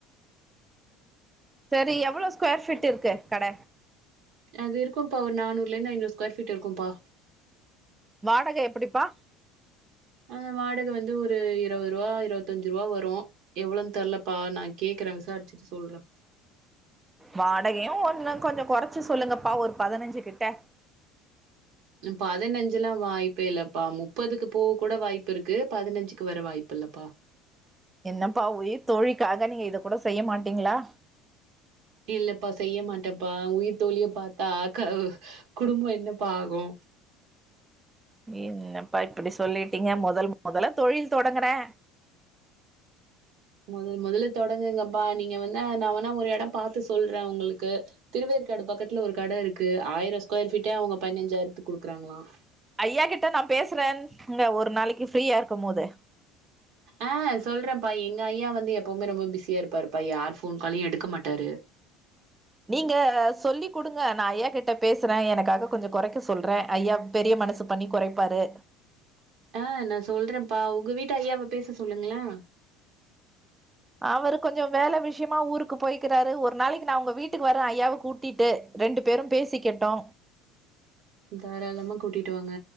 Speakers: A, on the right; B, on the right.
A: <inaudible> செரி எவ்ளோ ஸ்கொயர் ஃபீட் இருக்கு கட
B: அது இருக்கும்ப்பா ஒரு நானூறுல இருந்து ஐநூறு ஸ்கொயர் ஃபீட் இருக்கும்பா
A: வாடகை எப்பிடிப்பா
B: அ வாடகை வந்து ஒரு இருவது ரூவா இருவத்தஞ்சு ரூவா வரு எவ்ளோன்னு தெரலப்பா நா கேக்குறே விசாரிச்சு சொல்றே
A: வாடகையு ஒன்னு கொஞ்சோ கொறைச்சு சொல்லுங்கப்பா ஒரு பதினஞ்சு கிட்ட
B: பதனெஞ்சுல்லா வாய்ப்பே இல்லப்பா முப்பதுக்கு போக கூட வாய்ப்புருக்கு பதனெஞ்சுக்கு வர வாய்ப்பு இல்லப்பா
A: என்னப்பா உயிர் தோழிக்காக நீங்க இத கூட செய்ய மாட்டீங்களா
B: இல்லப்பா செய்ய மாட்டப்பா உயிர் தோழிய பாத்தாகா குடும்ப என்னப்பா ஆகு
A: என்னப்பா இப்டி சொல்லிட்டீங்க மொதல் மொதல்ல தொழில் தொடங்குறே
B: மொதல் மொதல்ல தொடங்குங்கப்பா நீங்க வந்து நா வேனா ஒரு எட பாத்து சொல்றே உங்களுக்கு திருவே க்காடு பக்கத்துல ஒரு கடை இருக்கு ஆயிரம் ஸ்கொயர் ஃப்பீட்டே அவங்க குடுக்குறாங்களாம்.
A: ஐயா கிட்ட நா பேசுறேன் இங்க ஒரு நாளைக்கு ஃப்ரீயா இருக்கும் போது
B: ஆஹ் சொல்றேன்ப்பா எங்க ஐயா வந்து எப்பவுமே ரொம்ப பிஸியா இருப்பாருப்பா யார் போன் காலையு எடுக்க மாட்டாரு
A: நீங்க சொல்லி குடுங்க ந ஐயா கிட்ட பேசுறே எனக்காக கொஞ்சோ கொறைக்க சொல்றே ஐயா பெரிய மனசு பண்ணி கொறைப்பாரு
B: ஆ நா சொல்றேன்ப்பா உங்க வீட்டு ஐயாவ பேச சொல்லுங்களே
A: அவரு கொஞ்சோ வேலை விஷயமா ஊருக்கு போய்க்கிறாரு ஒரு நாளைக்கு நா உங்க வீட்டுக்கு வரே ஐயாவை கூட்டிட்டு ரெண்டு பேரும் பேசிக்கிட்டோ
B: தாராளமா கூட்டிட்டு வாங்க